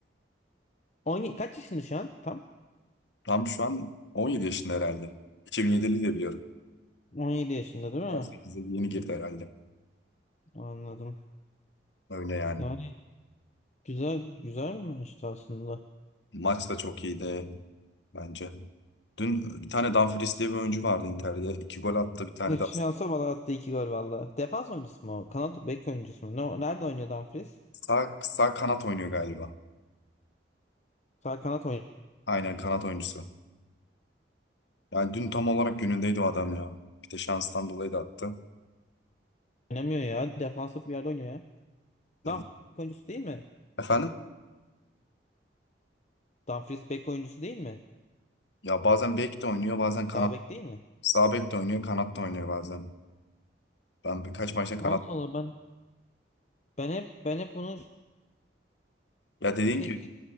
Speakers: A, on the left; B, on the left.
A: <laughs> 17, kaç yaşında şu an? Tam
B: <laughs> Tam şu an 17 yaşında herhalde. 2007'li de biliyorum.
A: 17 yaşında değil mi?
B: 18'e yeni girdi herhalde.
A: Anladım.
B: Öyle yani.
A: Yani güzel güzel bir maçtı aslında.
B: Maç da çok iyiydi bence. Dün bir tane Dumfries diye bir oyuncu vardı Inter'de. İki gol attı. Bir tane
A: Bir
B: de
A: Şansa bala attı iki gol valla. Defans oyuncusu mu? o? Kanat bek oyuncusu mu? Ne, nerede oynuyor Dumfries?
B: Sağ, sağ kanat oynuyor galiba.
A: Sağ kanat
B: Aynen kanat oyuncusu. Yani dün tam olarak günündeydi o adam ya. Bir de şanstan dolayı da attı.
A: oynamıyor ya. Defansif bir yerde oynuyor ya.
B: <laughs>
A: Dumfries bek oyuncusu değil mi?
B: Efendim?
A: Dumfries bek oyuncusu değil mi?
B: Ya bazen bek de oynuyor, bazen
A: Sağ
B: kanat.
A: bek değil mi?
B: Sağ bek de oynuyor, kanat da oynuyor bazen. Ben birkaç maçta kanat.
A: Allah Allah ben Ben hep ben hep onu
B: Ya dediğin
A: şey
B: gibi